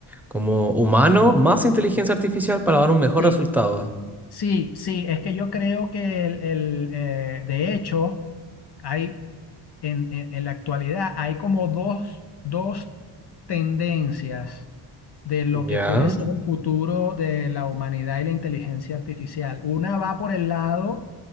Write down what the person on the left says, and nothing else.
Sí,
sí, sí, es que yo creo que el, el, eh, de hecho... Hay, en, en- en la actualidad hay como dos, dos tendencias de lo
que puede ser el futuro de la humanidad y la inteligencia artificial. Una va por el lado